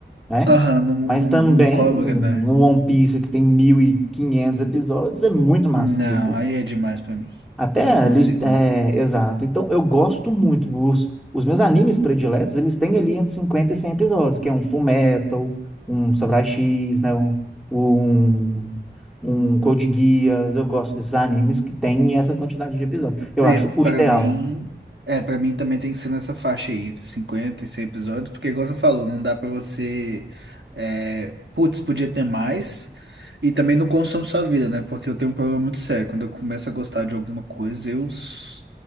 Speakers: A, in the centre; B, on the right.
A: né?
B: Aham, não, não,
A: Mas também
B: não cobra,
A: um
B: né?
A: One Piece que tem 1.500 episódios é muito massivo.
B: Não, aí é demais pra mim.
A: Até
B: Eu
A: ali,
B: não consigo,
A: é,
B: não.
A: exato. Então eu gosto muito dos os meus animes prediletos, eles têm ali entre 50 e 100 episódios, que é um Fullmetal, um Samurai X, né? Um, um um Code Geass, eu gosto desses animes que tem essa quantidade de episódios. Eu
B: É,
A: acho o
B: pra
A: ideal.
B: mim. É, pra mim também tem que ser nessa faixa aí, entre 50 e 100 episódios, porque, igual você falou, não dá pra você. É, putz, podia ter mais. E também não consome sua vida, né? Porque eu tenho um problema muito sério. Quando eu começo a gostar de alguma coisa, eu. s-